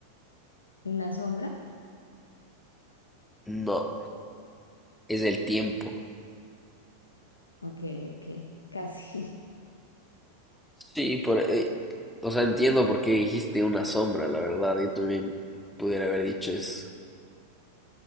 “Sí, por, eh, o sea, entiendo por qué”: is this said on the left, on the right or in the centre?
Centre